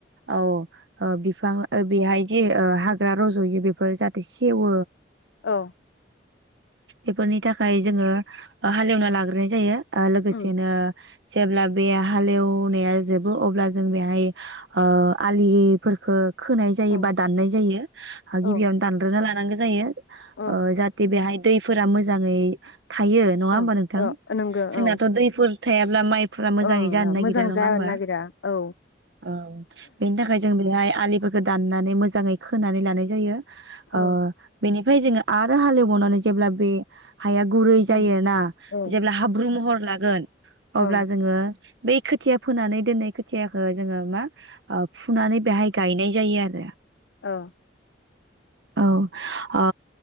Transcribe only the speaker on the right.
औ ओ बिफां ओ बेहाय जे ओ हाग्रा रज'यो बेफोर जाहाथे सेवो
बेफोरनि थाखाय जोङो ओ हालेवना लाग्रोनाय जायो। ओ लोगोसेनो
जेब्ला बे हालेवनाया जोबो अब्ला जों बेहाय ओ आलिफोरखो खोनाय जायो
बा दाननाय जायो
गिबियावनो दानग्रोना लानो नांगौ जायो ओ
जाथे बेहाय दैफोरा मोजाङै थायो नङा
होमबा नोंथां
जोंनाथ'
दैफोर थायाब्ला माइ फुरा मोजाङै
जानो नागिरा
नङा
होमबा
औ बेनि थाखाय जों बेहाय आलिफोरखौ दाननानै मोजाङै खोनानै लानाय जायो। ओ
बेनि फ्राय जोङो आरो हालेवबावनानै जेब्ला बे हाया गुरै
जायो ना
जेब्ला हाब्रु महर लागोन अब्ला
बै खोथिया फोनानै दोननाय खोथियाखौ जोङो मा ओ फुनानै बेहाय गायनाय जायो आरो।
औ ओ